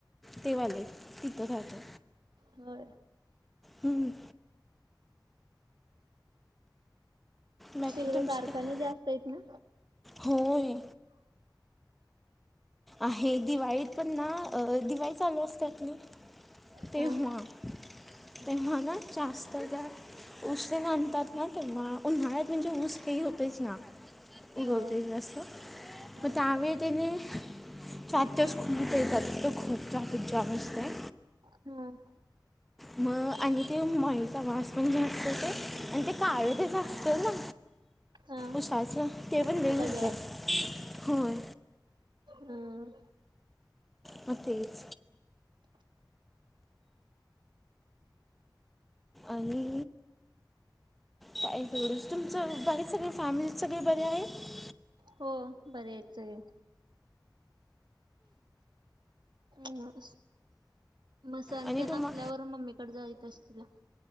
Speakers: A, in the centre; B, on the right.
A: ते वाले तिथं राहतो
B: हो
A: हम्म बाकी
B: तगडं
A: तुमचं
B: कारखाने
A: काय?
B: जास्त आहेत ना
A: होय आहे दिवाळीत पण ना दिवाळी चालू असततली तेव्हा
B: हा
A: तेव्हा ना जास्त ग ऊस घणतात ना तर उन्हाळ्यात म्हणजे ऊस काही होतेच ना
B: हो
A: गौत अस असतू
B: ह
A: पण त्यामुळे तिने चार तेस खूमीत येतात त खूप ट्राफिक जाम असते
B: हम
A: मग आणि ते माईचा वास पण जे असत ते आणि ते काळे तेच असत ना
B: हा
A: उसाचं ते पण वेगच
B: बघ्यात
A: होय
B: हम्
A: होच आणि तुमचं बाकी सगळे फॅमिली सगळे बरे आहेत
B: हो बर यायचं मग संत
A: आणि
B: नसल्यावर
A: तुम्हा
B: मम्मीकडे जायच अस तुला